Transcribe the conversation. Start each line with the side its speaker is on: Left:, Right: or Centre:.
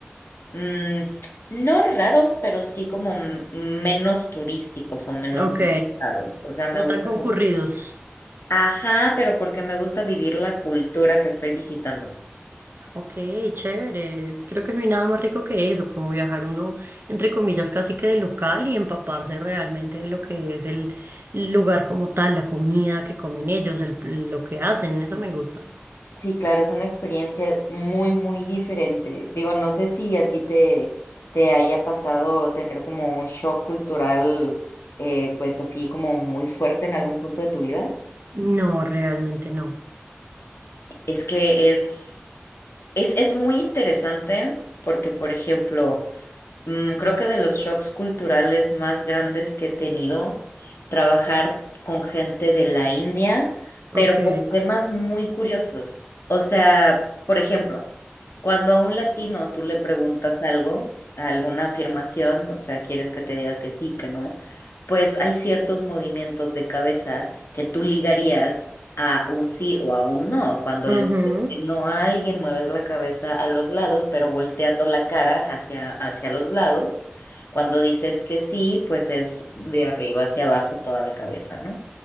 Left: mm, no raros, pero sí como m- menos turísticos o menos
Right: Ok,
Left: visitados. O sea, me
Right: no
Left: gusta
Right: tan concurridos.
Left: Ajá, pero porque me gusta vivir la cultura que estoy visitando.
Right: Ok, chévere. Creo que no hay nada más rico que eso, como viajar uno, entre comillas, casi que de local y empaparse realmente de lo que es el lugar como tal, la comida que comen ellos, el- lo que hacen, eso me gusta.
Left: Sí, claro, es una experiencia muy, muy diferente. Digo, no sé si a ti te, te haya pasado tener como un shock cultural, eh, pues así como muy fuerte en algún punto de tu vida.
Right: No, realmente no.
Left: Es que es, es, es muy interesante porque, por ejemplo, Mm, creo que de los shocks culturales más grandes que he tenido, trabajar con gente de la India,
Right: Ok.
Left: pero con temas muy curiosos. O sea, por ejemplo, cuando a un latino tú le preguntas algo, alguna afirmación, o sea, quieres que te diga que sí, que no, pues hay ciertos movimientos de cabeza que tú ligarías a un sí o a un no cuando
Right: ujú,
Left: le no a alguien, mueves la cabeza a los lados, pero volteando la cara hacia, hacia los lados. Cuando dices que sí, pues es de arriba hacia abajo toda la cabeza, ¿no?